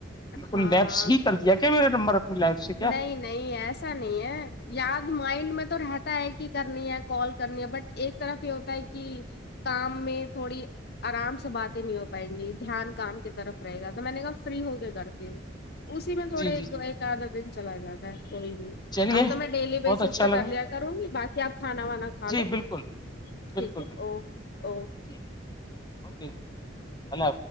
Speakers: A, on the left; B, on the left.
A: بالکل
B: ہاں
A: لیبس
B: ہاں
A: ہی کر دیا کیا میرا نمبر اپنی لائف سے کیا
B: نہیں نہیں ایسا نہیں ہے یاد مائنڈ میں تو رہتا ہے کہ کرنی ہے کال کرنی ہے بٹ ایک طرف یہ ہوتا ہے کہ کام میں تھوڑی آرام سے باتیں نہیں ہو پائیں گی دھیان کام کی طرف رہے گا تو میں نے کہا فری ہو کرتی ہوں اسی میں تھوڑے
A: جی جی
B: ایک آدھا دن چلا جاتا ہے کوئی نہیں
A: چلیے
B: اب تو میں ڈیلی
A: بہت
B: بیسس
A: اچھا
B: پہ
A: لگا
B: کر لیا کروں گی باقی آپ کھانا وانا کھا
A: جی
B: لو
A: بالکل
B: ٹھیک
A: بالکل
B: ہے
A: بالکل
B: اوک اوکے
A: جی اوکے ال آ